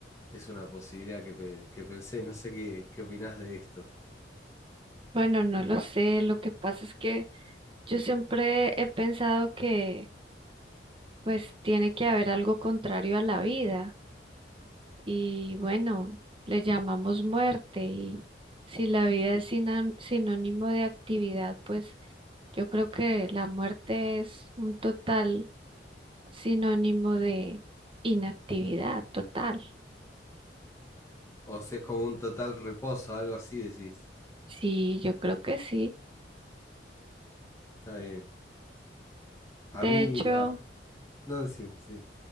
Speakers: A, on the left; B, on the right.
A: Es una posibilidad que, pe- que pensé, no sé qué, qué opinás de esto.
B: Bueno, no lo sé, lo que pasa es que yo siempre he pensado que pues tiene que haber algo contrario a la vida. y bueno, le llamamos muerte y si la vida es sinan- sinónimo de actividad, pues yo creo que la muerte es un total sinónimo de inactividad total.
A: O si es como un total reposo, algo así decís.
B: Sí, yo creo que sí.
A: Está bien. A
B: De
A: mí
B: hecho,
A: va. No, decime, sí.